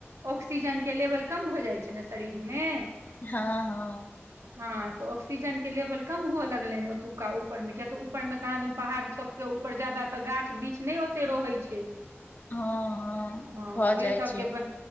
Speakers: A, on the right; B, on the left.
A: ऑक्सीजन के लेवल कम भऽ जाइ छै ने शरीरमे
B: हँ हँ
A: हँ त ऑक्सीजन के लेवल कम हुए लगले ओतुका ऊपर मे किया त ऊपर में के आदमी पहाड़ सबके ऊपर जादा त गाछ वृक्ष न ओते रहै छै
B: हँ
A: हँ
B: भऽ
A: ओह
B: जाइ
A: सबके
B: छै
A: ब